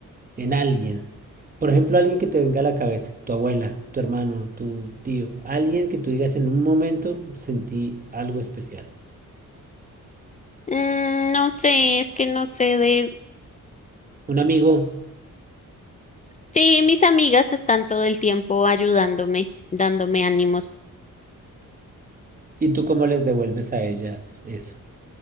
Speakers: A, on the right (about 25°); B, on the left (about 25°).
A: en alguien. Por ejemplo, alguien que te venga a la cabeza, tu abuela, tu hermano, tu tío, alguien que tú digas en un momento sentí algo especial.
B: Mm, no sé, es que no sé de...
A: Un amigo,
B: Sí, mis amigas están todo el tiempo ayudándome, dándome ánimos.
A: y tú cómo les devuelves a ellas eso.